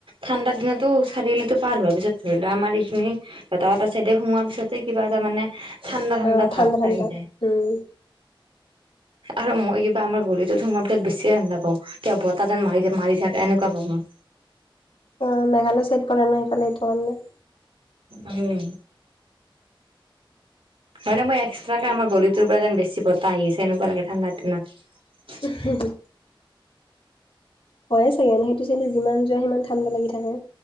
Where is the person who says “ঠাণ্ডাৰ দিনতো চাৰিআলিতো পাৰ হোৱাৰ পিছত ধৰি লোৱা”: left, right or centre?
Right